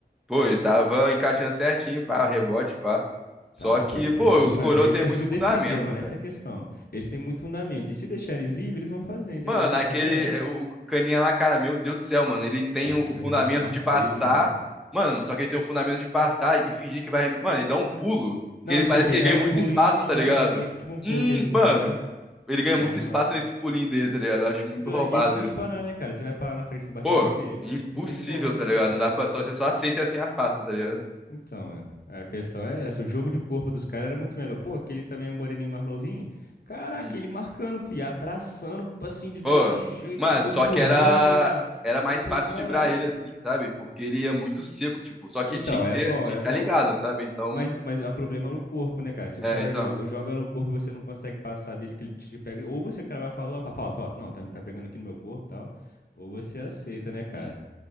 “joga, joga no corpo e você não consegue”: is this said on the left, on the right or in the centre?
Left